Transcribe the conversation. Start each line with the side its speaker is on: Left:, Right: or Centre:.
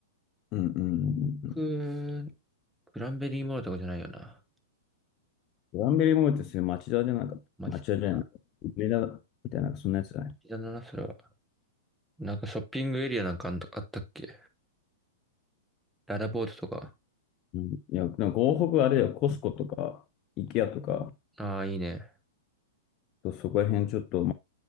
Left: うんうんうんうん。
Centre: くグランベリーモールとかじゃないよな。
Left: グランベリーモールってそういう町田じゃなかった。
Centre: 街とか。
Left: 町田じゃないの。梅田みたいな、そんなやつじゃない。
Centre: 膝だな、それは。なんかショッピングエリアなんかあんあったっけララボートとか。
Left: うん、いや、でも港北はあれだよ、コスコとか、イケアとか、
Centre: ああ、いいね。
Left: そうそこら辺ちょっと